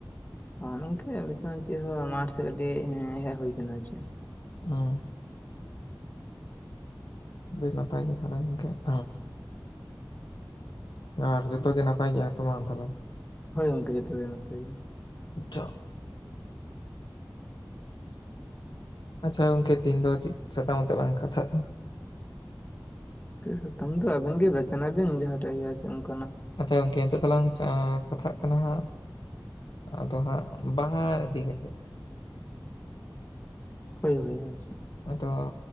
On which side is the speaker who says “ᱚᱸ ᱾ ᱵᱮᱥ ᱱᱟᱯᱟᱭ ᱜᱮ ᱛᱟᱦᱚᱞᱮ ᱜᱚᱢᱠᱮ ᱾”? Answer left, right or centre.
Left